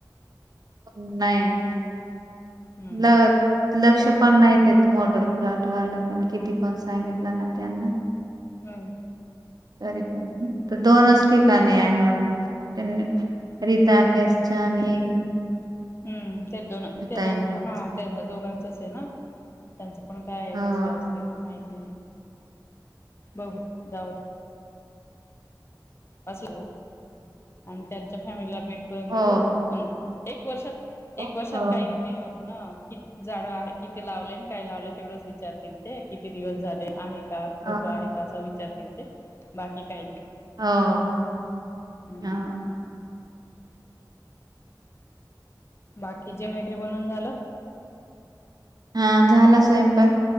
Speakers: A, on the right; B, on the left.
A: नाही
B: हम्म
A: ल लक्ष पण नाही मॉडेल प्लॉट वाले पण किती पण सांगितलं ना त्यांना
B: हम्म
A: त पण तर दोनच ठिकाणी आहे त्यां रीता केशनी हम्
B: हम्म त्या दोन त्या
A: ताईंच
B: दोघ हा त्या दोघांचच आहे ना त पण काय
A: हो
B: आहे कसं असतील माहिती बघ जाऊ अस आणि त्यांच्या फॅमिलीला भेट
A: हो
B: देऊ एक वर्षात
A: हो
B: एक वर्षात
A: हो
B: काही नाहीत ना किती झाडं आहे किती लावले काय लावले तेवढंच विचारतील ते किती दिवस झाले आहे का फोटो
A: हो
B: आहे का विचार ज होते बाकी काही नाही
A: हो
B: हम्म
A: ह
B: बाकीचेण वगैरे बनवून झालं
A: हा झाला स्वयंपाक